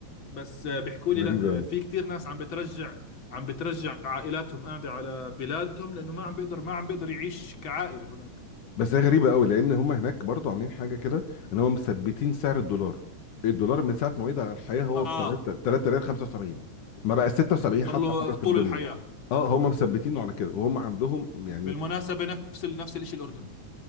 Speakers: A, on the left; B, on the left.
A: بس آه، بيحكوا لي
B: غريبة
A: لا
B: أوي
A: آه، في كتير ناس عم بترجع عم بترجع عائلاتهم قاعده على بلادهم لانه ما عم بيقدر ما عم بيقدر يعيش كعائله هناك
B: بس هي غريبة أوي لأن هم هناك برضو عاملين حاجة كده إن هم مثبتين سعر الدولار الدولار من ساعة ما وعد على الحياة هو
A: اه
B: ب 3 3 ريال 75 ما بقى 76
A: صار
B: حتى
A: له
B: مرة في
A: طول
B: الدنيا
A: الحياه
B: اه هم مثبتينه على كده وهم عندهم يعني
A: بالمناسبه نفس ال... نفس الشيء الاردن